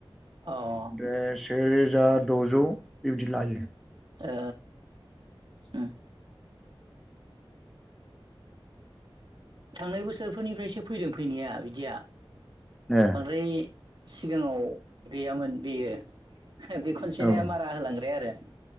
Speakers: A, on the right; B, in the centre.
A: अ ओ
B: दे से जा दजौ बेबायदि लायो।
A: ओ उम। थांनाय बोसोर फोरनि फ्रायसो फैदों फैनाया बिदिया
B: ए
A: बांद्राय सिगाङाव गैयामोन बेयो। हो बे खनसेनो
B: औ उम
A: मारा होलांग्राया आरो।